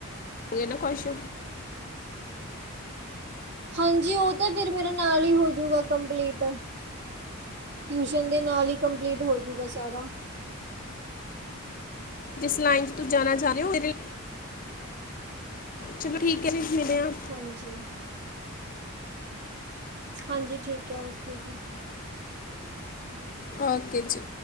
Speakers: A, on the left; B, on the right.
A: ਗੇ ਨਾ ਕੁਛ।
B: ਹਾਂਜੀ, ਉਹ ਤਾਂ ਫਿਰ ਮੇਰਾ ਨਾਲ ਹੀ ਹੋਜੂਗਾ ਕੰਪਲੀਟ ਟਿਊਸ਼ਨ ਦੇ ਨਾਲ ਹੀ, ਕੰਪਲੀਟ ਹੋਜੂਗਾ ਸਾਰਾ।
A: ਜਿਸ ਲਾਈਨ 'ਚ ਤੁਸੀ ਜਾਣਾ ਚਾਹੁੰਰੇ, ਇਹਦੇ ਚਲੋ ਠੀਕ ਐ ਜੀ ਫੇਰ ਮਿਲੇ ਆ।
B: ਹਾਂਜੀ ਹਾਂਜੀ ਠੀਕ ਐ ਓਕੇ ਜੀ।
A: ਓਕੇ ਜੀ।